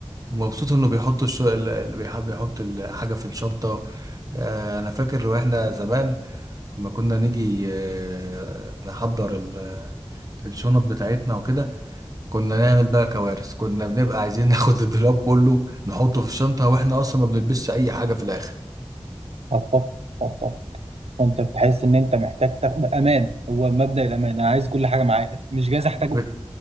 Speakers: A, on the right (about 35°); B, on the right (about 75°).
A: مبسوط انه بيحط الش... اللي بيحب بيحط الحاجه في الشنطه آه، انا فاكر واحنا زمان لما كنا نيجي آه، نحضر ال- الشنط بتاعتنا وكده كنا نعمل بقى كوارث كنا بنبقى عايزين ناخد <laughs> الدولاب كله نحطه في الشنطه واحنا اصلا ما بنلبسش اي حاجه في الاخر
B: اتفق اتفق وانت بتحس ان انت محتاج تاخد امان هو مبدأ الامان انا عايز كل حاجه معايا مش جايز احتاجه
A: بت...